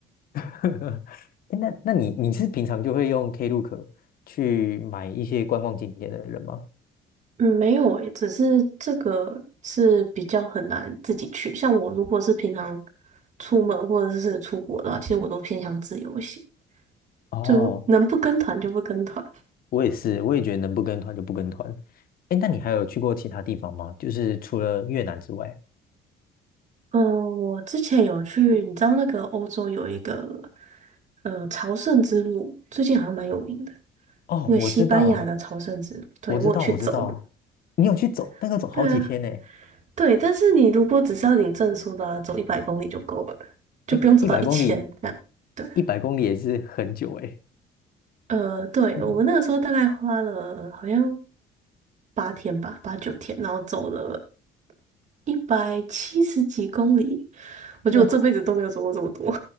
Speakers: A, on the left (about 60°); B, on the right (about 45°).
A: <laughs> 哎那那你你是平常就会用 Klook 去买一些观光景点的人吗？
B: 嗯，没有诶，只是这个是比较很难自己去。像我如果是平常出门或者是出国的话，其实我都偏向自由行，
A: 哦，
B: 就能不跟团就不跟团。
A: 我也是，我也觉得能不跟团就不跟团。哎，那你还有去过其他地方吗？就是除了越南之外？
B: 嗯，我之前有去，你知道那个欧洲有一个呃朝圣之路，最近好像蛮有名的，
A: 哦，
B: 那个西班牙的朝圣之路，
A: 我知道，
B: 对，
A: 我知道，
B: 我有去走。
A: 我知道，你有去走那个走好几天呢。
B: <laughs> 对啊，对，但是你如果只是要领证书的啊，走一百公里就够了，就不用走到一千这样。
A: 哎，一百公里，
B: 对。
A: 一百公里也是很久哎。
B: 呃，对，
A: 嗯，
B: 我们那个时候大概花了呃好像八天吧，八九天，然后走了一百七十几公里。我觉得我这辈子都没有走过这么多，
A: 哇，